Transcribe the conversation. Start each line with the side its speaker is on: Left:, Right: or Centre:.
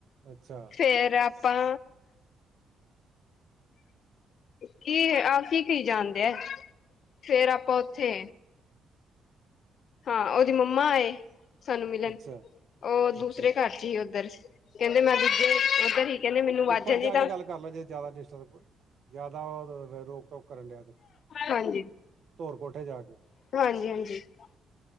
Right: ਅੱਛਾ
Left: ਫੇਰ ਆਪਾਂ ਕੀ ਆਹ ਕੀ ਕਹੀ ਜਾਣ ਡੇਐ ਫੇਰ ਆਪਾਂ ਉੱਥੇ ਹਾਂ ਉਹਦੀ ਮੰਮਾ ਆਏ ਸਾਨੂੰ ਮਿਲਣ
Right: ਅੱਛਾ
Left: ਉਹ ਦੂਸਰੇ
Right: ਅੱਛਾ
Left: ਘਰ ਜੀ ਉੱਧਰ ਕਹਿੰਦੇ ਮੈਂ <unintelligible> ਉੱਧਰ ਹੀ ਕਹਿੰਦੇ ਮੈਨੂੰ ਵਾਜਾਂ
Right: ਉੱਪਰ
Left: ਜੀ
Right: ਜਾ
Left: ਤਾਂ
Right: ਕੇ ਗੱਲ ਕਰ ਲੈ ਜੇ ਜ਼ਿਆਦਾ ਡਿਸਟਰਬ ਜਿਆਦਾ <unintelligible> ਓਹ ਕਰਨ ਡਿਆ ਤੇ
Left: ਹਾਂਜੀ
Right: ਧੋਰ ਕੋਠੇ ਜਾ ਕੇ
Left: <unintelligible>